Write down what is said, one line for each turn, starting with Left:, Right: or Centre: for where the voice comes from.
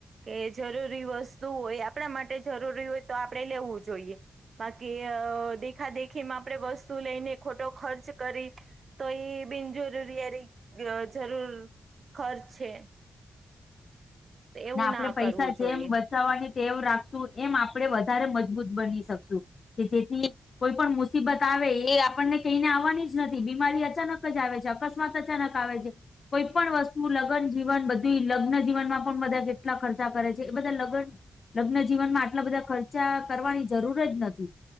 Right: કે જરૂરી વસ્તુ હોય. આપડા માટે જરૂરી હોય તો આપણેે લેવું જોઈએ. બાકી અ દેખા-દેખીમાં આપડે વસ્તુ લઈને ખોટો ખર્ચ કરી તો એ બિનજરૂરીયારીક અ જરૂર ખર્ચ છે. એવું
Left: ના આપડે પૈસા
Right: કરવું
Left: જેમ
Right: જોઈએ
Left: બચવાની ટેવ રાખશું એમ આપડે વધારે મજબૂત બની શકશું. કે જેથી કોઈ પણ મુસીબત આવે એ આપણને કહીને આવવાની જ નથી. બીમારી અચાનક જ આવે છે અક સ્માત અચાનક આવે છે. કોઈ પણ વસ્તુ લગન જીવન બધું લગ્નજીવનમાં બધા જેટલા ખર્ચા કરે છે એ બધા લગન લગ્નજીવનમાં આટલા બધા ખર્ચા કરવાની જરૂર જ નથી.